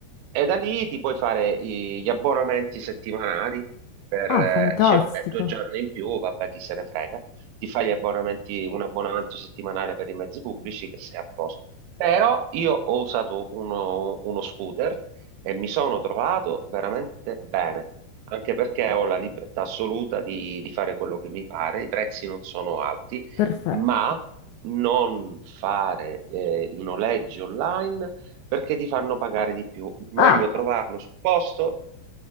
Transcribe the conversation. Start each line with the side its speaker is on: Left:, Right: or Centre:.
Right: e da lì ti puoi fare i- gli abbonamenti settimanali per,
Left: Ah,
Right: eh,
Left: fantastico.
Right: dice, vabbè, due giorni in più, vabbè, chi se ne frega. Ti fai gli abbonamenti, un abbonamento settimanale per i mezzi pubblici che sei a posto. Però io ho usato uno, uno scooter e mi sono trovato veramente bene, anche perché ho la libertà assoluta di, di fare quello che mi pare, i prezzi non sono alti,
Left: Perfetto.
Right: ma non fare eh, i noleggi online perché ti fanno pagare di più. Meglio
Left: Ah,
Right: trovarlo sul posto,